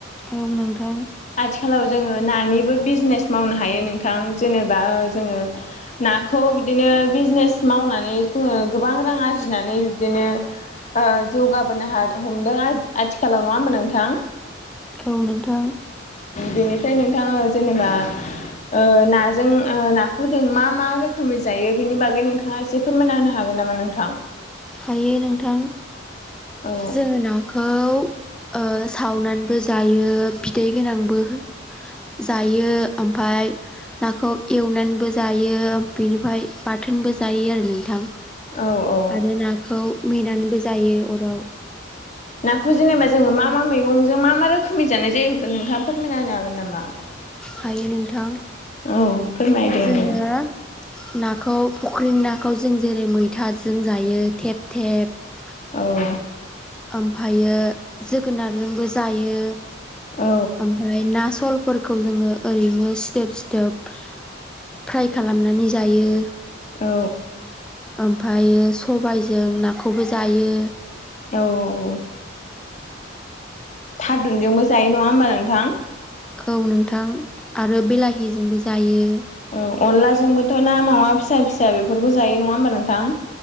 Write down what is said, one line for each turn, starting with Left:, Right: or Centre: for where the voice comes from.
Centre: औ नोंथां
Left: आथिखालाव जोङो नानिबो बिजनेस मावनो हायो नोंथां जेनेबा ओ जोङो नाखौ बिदिनो बिजनेस मावनानै जोङो गोबां रां आरजिनानै बिदिनो ओ जौगाबोनो हा हमदों आथिखालाव नङा होनोमा नोंथां
Centre: औ नोंथां
Left: बेनिफ्राय नोंथां ओं जेनेबा ओ नाजों ओ नाखौ जों मा मा रोखोमै जायो बेनि बागै नोंथाङा एसे फोरमायना होनो हागोन नामा नोंथां
Centre: हायो नोंथां
Left: औ
Centre: जोङो नाखौ ओ सावनानैबो जायो बिदै गोनांबो जायो ओमफ्राय नाखौ एवनानैबो जायो बेनिफ्राय बाथोनबो जायो जायो आरो नोंथां
Left: औ औ
Centre: आरो नाखौ मेनानैबो जायो अराव
Left: नाखौ जेनेबा जोङो मा मा मा मैगंजों मा मा रोखोमनि जानाय जायो बेखौ नोंथाङा फोरमायना होनो हागोन नामा
Centre: हायो नोंथां
Left: औ फोरमायदो
Centre: जोङो
Left: होमबा
Centre: नाखौ फुख्रिनि नाखौ जों जेरै मैथाजों जायो थेब थेब
Left: औ
Centre: ओमफ्रायो जोगोनारजोंबो जायो
Left: औ
Centre: ओमफ्राय ना सल फोरखौ जोङो ओरैनो सिदोब सिदोब फ्राय खालामनानै जायो
Left: औ
Centre: ओमफ्रायो सबायजों नाखौबो जायो
Left: औ थारुनजोंबो जायो नङा होमबा नोंथां
Centre: औ नोंथां आरो बिलाहिजोंबो जायो
Left: औ अनलाजोंबोथ' ना मावा फिसा फिसा बेफोरखौ जायो नङा होमबा नोंथां